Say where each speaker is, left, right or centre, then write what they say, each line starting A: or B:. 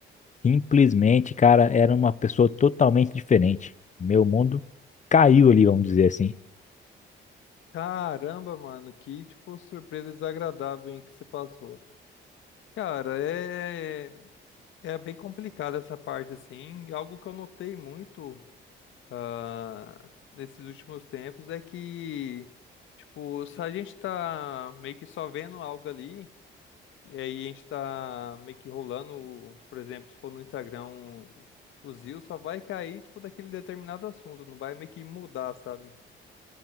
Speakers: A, on the left; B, on the left.
A: Simplesmente, cara, era uma pessoa totalmente diferente. Meu mundo caiu ali, vamos dizer assim.
B: Caramba, mano, que tipo surpresa desagradável hein, que você passou. Cara, é é bem complicada essa parte assim. Algo que eu notei muito ah, nesses últimos tempos é que tipo, se a gente tá meio que só vendo algo ali, e aí a gente tá meio que rolando, por exemplo, se for no Instagram, o Zio só vai cair tipo daquele determinado assunto, não vai meio que mudar, sabe?